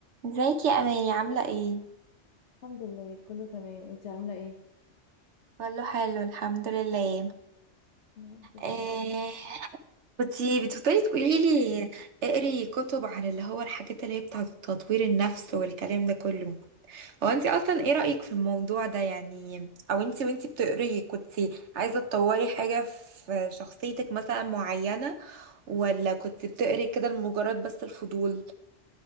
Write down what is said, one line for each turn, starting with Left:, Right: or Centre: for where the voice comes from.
Right: ازيك يا اماني عامله ايه
Left: الحمد لله كله تمام انت عاملة ايه؟
Right: كله حلو الحمد لله
Left: يا رب دايما.
Right: إيه كنتي بتفضلي تقولي لي اقري كتب عن اللي هو الحاجات اللي هي بتاعه تطوير النفس والكلام ده كله هو انت اصلا ايه رايك في الموضوع ده يعني او انت وانت بتقري كنتي عايزه تطوري حاجه في شخصيتك مثلا معينه ولا كنت بتقري كده لمجرد بس الفضول